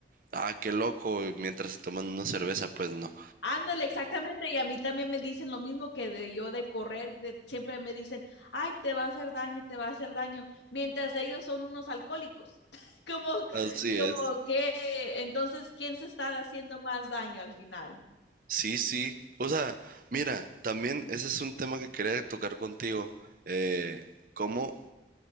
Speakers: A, on the right; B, on the left.
A: ah, qué loco, y mientras se toman una cerveza, pues no.
B: Ándale, exactamente. Y a mí también me dicen lo mismo que de yo de correr. de- siempre me dicen, ay, te va a hacer daño, te va a hacer daño. Mientras ellos son unos alcohólicos. <laughs> Como,
A: Así es.
B: como que, entonces, ¿quién se está haciendo más daño al final?
A: Sí, sí. O sea, mira, también ese es un tema que quería tocar contigo. eh, ¿cómo